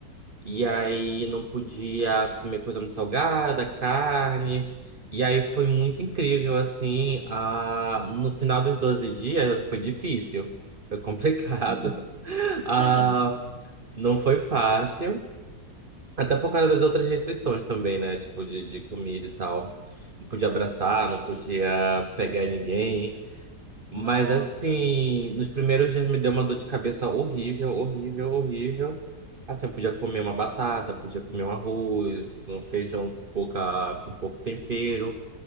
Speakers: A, on the right; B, in the centre.
A: E aí não podia comer coisa muito salgada, carne. E aí foi muito incrível, assim. Ah, no final dos 12 dias foi difícil, foi complicado.
B: Uhum.
A: <laughs>
B: <laughs>
A: Ah, não foi fácil. Até por causa das outras restrições também, né? Tipo, de, de comida e tal. Não podia abraçar, não podia pegar ninguém. Mas
B: Nossa.
A: assim, nos primeiros dias me deu uma dor de cabeça horrível, horrível, horrível. Assim, eu podia comer uma batata, podia comer um arroz, um feijão com pouca, com pouco tempero.